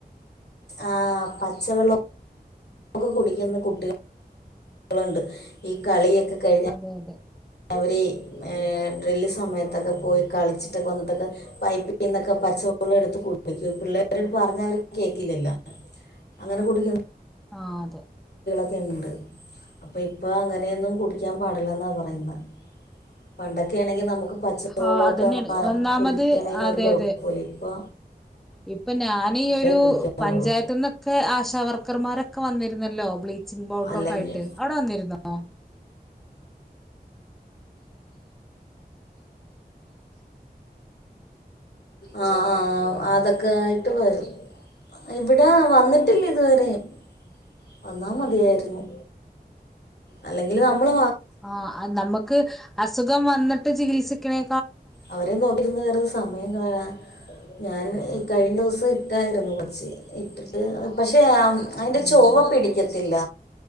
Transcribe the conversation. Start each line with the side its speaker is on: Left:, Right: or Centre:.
Left: ആഹ് പച്ച വെള്ളം ക്കെ കുടിക്കുന്ന കുട്ടികൾണ്ട് ഈ കളിയൊക്കെ കഴിഞ്ഞ
Centre: അതെ അതെ
Left: <unintelligible> അവര്
Centre: <inaudible>
Left: ഇൻട്രവൽ സമയത്തൊക്കെ പോയി കളിച്ചിട്ടൊക്കെ വന്നിട്ടൊക്കെ പൈപ്പിൽ നിന്നൊക്കെ പച്ചവെള്ളം എടുത്ത് കുടിക്കും പിള്ളേരോട് പറഞ്ഞ അവര് കേൾക്കില്ലല്ലോ അങ്ങനെ കുടിക്കും
Centre: ആ അതെ
Left: <unintelligible> അപ്പൊ ഇപ്പ അങ്ങനെയൊന്നും കുടിക്കാൻ പാടില്ലെന്നാ പറയുന്നത് പണ്ടൊക്കെ ആണെങ്കി നമുക്ക് പച്ചവെള്ളൊക്കെ
Centre: ആഹ് അതന്നെയാണ്
Left: <unintelligible>
Centre: ഒന്നാമത്
Left: കുടിക്കണന്
Centre: അതെ
Left: ഒരു കൊഴപ്പൊല്ലെനി
Centre: അതെ
Left: ഇപ്പൊ
Centre: ഇപ്പൊ ഞാനീയൊരു
Left: കുടിക്കാവുള്ളൂ
Centre: പഞ്ചായത്ത്ന്നൊക്കെ ആശാവർക്കർമാരൊക്കെ വന്ന രുന്നല്ലോ ബ്ലീച്ചിംഗ് പൗഡർ
Left: അല്ലെങ്കിൽ
Centre: ഒക്കെ ആയിട്ട് അവിടെ വന്നിരുന്നോ
Left: ആ ആഹ അതൊക്കെ ആയിട്ട് വരും ഇവിടെ വന്നിട്ടില്ല ഇതുവരെയും വന്നാ മതിയായിരുന്നു അല്ലെങ്കില് നമ്മള്
Centre: ആ നമ്മക്ക് അസുഖം വന്നിട്ട് ചികിത്സിക്കണേ
Left: അവരെ നോക്കി നിന്ന് വെറ്തെ സമയം കളയാൻ ഞാൻ <unintelligible> കഴിഞ്ഞ ദിവസം ഇട്ടായിരുന്നു കൊറച്ച് ഇട്ടിട്ട് പക്ഷെ <unintelligible> അയിന്റെ
Centre: ഉം
Left: ചൊവ പിടിക്കത്തില്ല